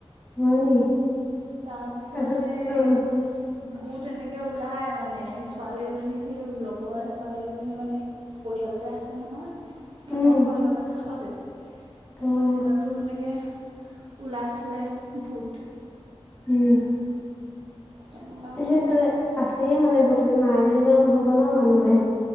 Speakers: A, on the left; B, on the right.
A: হয় নি।
B: তাৰ পিছত
A: তাৰপিছত
B: সেই
A: অ'
B: ভূত এনেকে ওলাই মানে ছোৱালী এজনী সেই লগৰে ছোৱালী এজনী মানে পৰিয়ালটা আছে নহয় সতৰোৱা
A: উম
B: একেবাৰে কাষতে তাৰ পাছত
A: অ'
B: সেইততো সেনেকে উলাইছিলে ভূত
A: উম
B: তেনেকুৱা কথা।
A: সেইটো আছেই মানে বহুততে নাই বুলি ক'লেও নহ'ব নহ মানুহে